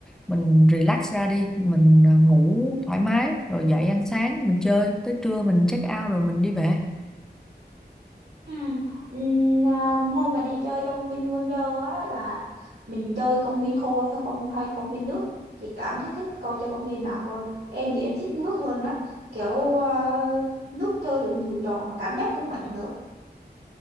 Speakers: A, in the centre; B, on the right (about 80°).
A: mình relax ra đi. Mình à, ngủ thoải mái rồi dậy ăn sáng mình chơi. Tới trưa mình check out rồi mình đi về.
B: ừ. ừm, à, hôm mà đi chơi trong VinWonder á là mình chơi công viên khô thôi không hay công viên nước chị cảm thấy thích coi chơi công viên nào hơn em thì em thích nước hơn á kiểu ờ, nước chơi được nhiều trò mà cảm giác cũng mạnh nữa